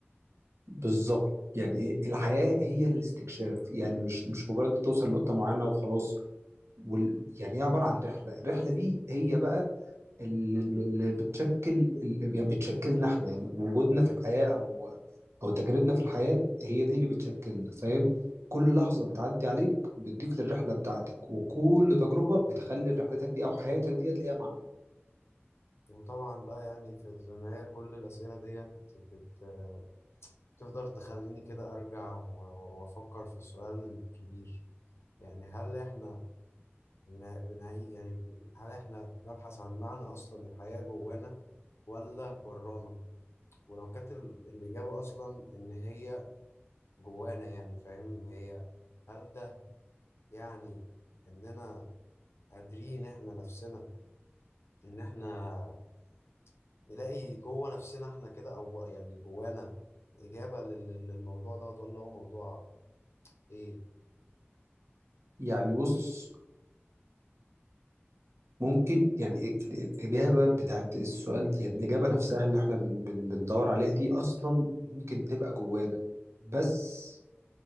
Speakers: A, on the right; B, on the left.
A: بالظبط يعني إيه؟ الحياه هي الاستكشاف يعني مش مش مجرد انت توصل لنقطه معينه وخلاص وال... يعني هي عباره عن رحله الرحله دي هي بقى اللي اللي بتشكل اللي يعني بتشكلنا احنا يعني وجودنا في الحياه او او تجاربنا في الحياه هي دي اللي بتشكلنا فاهم كل لحظه بتعدي عليك بتضيف للرحله بتاعتك وكل تجربه بتخلي رحلتك دي او حياتك ديت ليها معنى
B: وطبعا بقى يعني في في النهاية كل الأسئلة ديت بت- بتفضل تخليني كده أرجع و- و- وأفكر في السؤال الكبير يعني هل إحنا بنا- بنعي يعني ب- هل احنا بنبحث عن معنى اصلا الحياة جوانا ولا برانا ولو كانت ال- الاجابة اصلا ان هي جوانا يعني فاهم هي هل ده يعني اننا قادرين احنا نفسنا ان احنا نلاقي جوه نفسنا احنا كده او يعني جوانا اجابة لل- لل- للموضوع دوت ولا هو موضوع ايه
A: يعني بص ممكن يعني ال- ال- الإجابة بتاعت السؤال يعني الإجابة نفسها اللي احنا بن بن بندور عليها دي أصلا ممكن تبقى جوانا بس